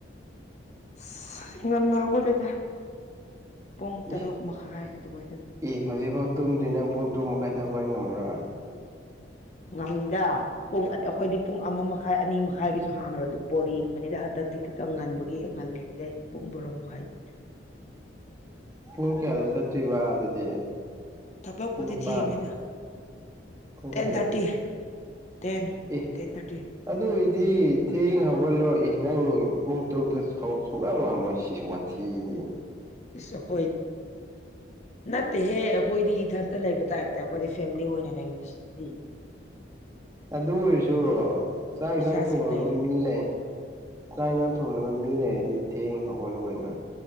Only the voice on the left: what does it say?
ꯑꯁ ꯉꯟꯅ ꯍꯧꯒꯠꯂꯗ ꯄꯨꯡ ꯇꯔꯨꯛ
ꯃꯈꯥꯏ ꯑꯗꯨꯋꯥꯏꯗ
ꯉꯝꯗꯥ ꯄꯨꯡ ꯑ ꯑꯩꯈꯣꯏꯗꯤ ꯄꯨꯡ ꯑꯃ ꯃꯈꯥꯏ ꯑꯅꯤ ꯃꯈꯥꯏꯒꯤꯁꯨ ꯍꯥꯟꯅꯔ ꯑꯗꯨꯝ ꯕꯣꯜ ꯌꯦꯡꯕꯅꯤꯗꯤ ꯍꯟꯗꯛꯇꯤ ꯈꯤꯇꯪ ꯉꯟꯕꯒꯤ ꯉꯜꯂꯤꯦꯔꯦ ꯄꯨꯡ ꯕꯣꯔꯣꯝ ꯃꯈꯥꯏꯗꯤ
ꯊꯕꯛꯄꯨꯗꯤ
ꯊꯦꯡꯉꯤꯗ
ꯇꯦꯟ ꯊꯥꯔꯇꯤ ꯇꯦꯟ
ꯇꯦꯟ ꯊꯔꯇꯤ
ꯏꯁꯈꯣꯏ ꯅꯠꯇꯦꯍꯦ ꯑꯩꯈꯣꯏꯗꯤ ꯏꯊꯟꯇ ꯂꯩꯕ ꯇꯥꯏꯞꯇ ꯑꯩꯈꯣꯏꯗꯤ ꯐꯦꯃꯤꯂꯤ ꯑꯣꯏꯅ ꯂꯩꯔꯤꯨꯁꯤꯗꯤ
ꯏꯆꯥꯁꯤꯡ
ꯂꯩꯔꯤꯗꯤ